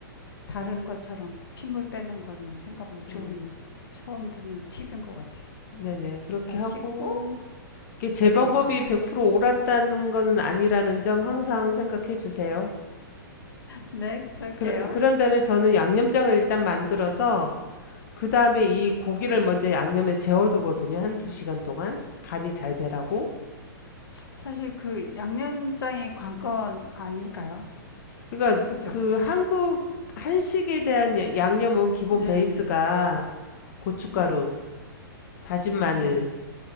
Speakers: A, on the left; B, on the left.
A: 다른 것처럼 핏물 빼는 거는 생각 못 좋은
B: 음,
A: 처음 듣는 팁인 것 같아요.
B: 네네. 그렇게
A: 자,
B: 하고.
A: 씻고
B: 이게 제
A: 네네네.
B: 방법이 100% 옳았다는 거는 아니라는 점 항상 생각해 주세요.
A: 네, 그럴게요.
B: 그, 그런 다음에 저는 양념장을 일단 만들어서 그 다음에 이 고기를 먼저 양념에 재워두거든요. 한두 시간 동안. 간이 잘 배라고.
A: 사실 그 양념장이 관건 아닐까요?
B: 그러니까
A: 그죠?
B: 그 한국 한식에 대한 야- 양념은 기본
A: 네네.
B: 베이스가 고춧가루,
A: 네.
B: 다진 마늘,
A: 네.